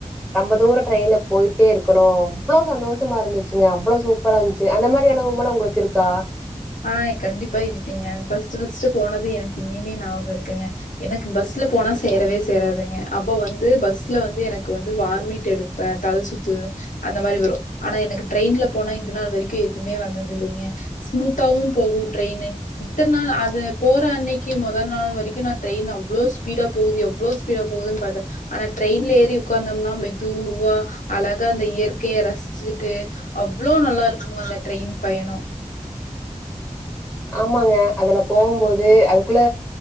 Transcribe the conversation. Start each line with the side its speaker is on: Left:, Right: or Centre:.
Centre: ரொம்ப தூர ட்ரெயின்ல போயிட்டே இருக்கணூ அவ்ளோ சந்தோஷமாருந்துச்சுங்க அவ்ளோ சூப்பராந்துச்சு அந்த மாரி அ னுவோம்லா உங்களுக்கிருக்கா
Left: ஆ கண்டிப்பா இருக்கிங்க ஃபஸ்ட்டு ஃபஸ்ட்டு போனது எனக்கு இன்னுய்மே ஞாபகோ இருக்குங்க எனக்கு பஸ் ஸ்ல போனா சேரவே சேராதுங்க அப்ப வந்து பஸ்ல வந்து எனக்கு வந்து வாமிட் எடுப்பே தல சுத்து அந்த மாரி வரு ஆனா எனக்கு ட்ரெயின்ல போனா இது நாள் வரைக்கு எதுமே வந்ததில்லைங்க ஸ்மூத் தாவு போகூ ட்ரெயினு இத்தன் நாள் அது போற அன்னைக்கி மொத நாள் வரைக்கு நா ட்ரெயின் அவ்ளோ ஸ்பீடா போகுது எவ்ளோ ஸ்பீடா போகுது பாத்தே ஆனா ட்ரெயின்ல ஏறி ஒக்காந்தோம்னா மெதுவா அழக் கா அந்த இயற்கைய ரசிச்சுட்டு அவ்ளோ நல்லாருக்கூ அந்த ட்ரெயின் பயணோ
Centre: ஆமாங்க அதுல போகும்போது அதுக்குள்ள